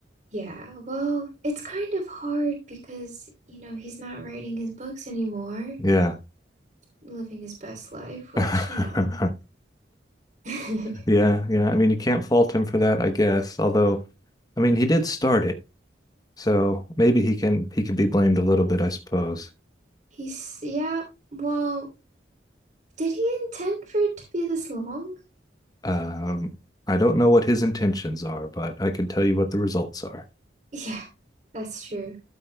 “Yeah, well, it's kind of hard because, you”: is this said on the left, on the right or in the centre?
Right